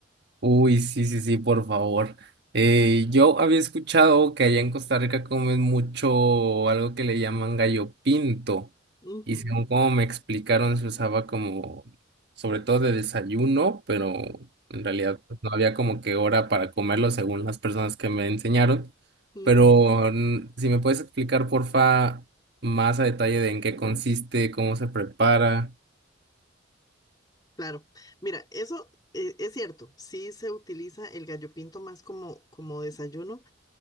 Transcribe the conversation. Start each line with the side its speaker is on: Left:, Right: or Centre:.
Right: Uy, sí, sí, sí, por favor. Eh, yo había escuchado que allá en Costa Rica comen mucho algo que le llaman gallo pinto.
Left: Ujú,
Right: Y según como me explicaron, se usaba como, sobre todo de desayuno, pero en realidad pues, no había como que hora para comerlo según las personas que me enseñaron.
Left: ujú,
Right: Pero mm, si me puedes explicar, porfa, más a detalle de en qué consiste, cómo se prepara.
Left: Claro. Mira, eso eh, es cierto. Sí se utiliza el gallo pinto más como, como desayuno.